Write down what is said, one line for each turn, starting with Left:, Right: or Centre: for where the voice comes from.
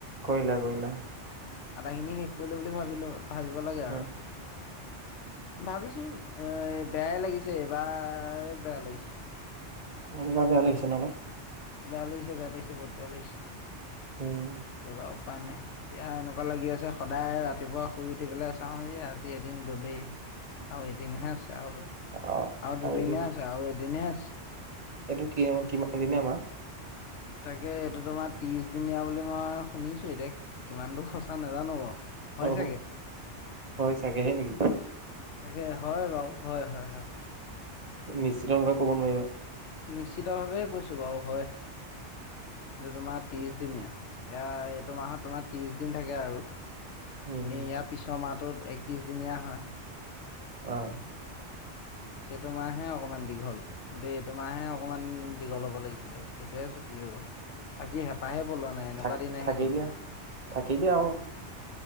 Right: কৰিলা, কৰিলা।
Left: আদা খিনি শেষ কৰিলো বুলি ভাবিলো ভাবিব লাগে আৰু
Right: অ
Left: ভাবিছো। অ', বেয়াই লাগিছে, এইবাৰ বেয়া লাগিছে।
Right: এইবাৰ বেয়া লাগিছে ন' অলপ
Left: বোলছে বালাইছে বহুত বেলছে
Right: উম
Left: কি কৰিবওঁ। উপাই নাই এতিয়া এনেকুৱা লাগি আছে সদায় ৰাতিপুৱা শুই উঠি পেলাই চাওঁ এই আজি এদিন গ'লেই। আৰু এদিন আছ আ,
Right: অ
Left: আ, দুদিন
Right: আৰু এদিন
Left: আছ আ, এদিন আছ
Right: এইটো কি কিমান দিনে আমাৰ
Left: তাকে এইটো তোমাৰ ত্ৰিশ দিনীয়া বুলি মই শুনিছোঁ এতিয়া কিমান দূৰ সঁচা নাজানো বাৰু। হয়
Right: অ
Left: চাগে তাকে
Right: হয় চাগেহে নেকি?
Left: হয় বাৰু। হয়- হয় -হয়।
Right: নিশ্চিত ভাৱে ক'ব নোৱাৰিবা।
Left: নিশ্চিত ভাৱে কৈছোঁ বাৰু হয় এইটো তোমাৰ ত্ৰিশদিনীয়া। ইয়াৰ এইটো মাহত তোমাৰ ত্ৰিশ দিন থাকে আৰু এনে
Right: উম,
Left: ইয়াৰ পিছৰ মাহটোত একত্ৰিশ দিনীয়া হয়।
Right: অ'।
Left: সেইটো মাহে অকনমান দীঘল কিন্তু এইটো মাহে অকনমান দীঘল হ'ব লাগিছিলে এইটোহে ছুটি। হৈ গ'ল। থাকি হেঁপাহে পলোৱা নাই এনেকুৱা
Right: থাক
Left: দিন আহি
Right: থাকি
Left: গ'ল
Right: দিয়া।
Left: মোৰ।
Right: থাকি দিয়া আৰু